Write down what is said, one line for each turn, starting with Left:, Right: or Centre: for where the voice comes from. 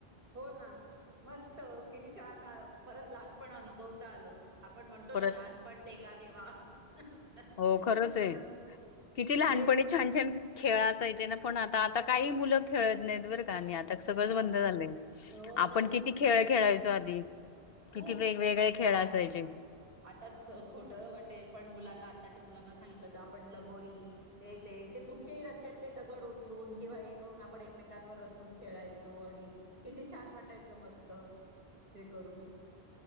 Right: हो ना मस्त किती छान परत लहानपण अनुभवता आलं. आपण म्हणतो
Left: परत
Right: ना लहानपण देगा देवा. अ
Left: हो खरच ए किती लहानपणी
Right: ते
Left: छान छान खेळ असायचे ना पण आता आता काही मुलं खेळत नायत बरं का आणि आ त्यात सगळंच
Right: अ
Left: बंद झालंय
Right: हो ना
Left: आपण किती खेळ खेळायचो आधी.
Right: खूप
Left: किती वेगवेगळे खेळ
Right: आ
Left: असायचे.
Right: आता ख- खोट वाटेल पण मुलांना आत्ताच्या मुलांना सांगितलं तर आपण लगोरी हे ते कुठचेही रस्त्यातले दगड उचलून किंवा हे करून आपण एकमेकांवर रचून खेळायचो. आणि किती छान वाटायचं मस्त हे करून.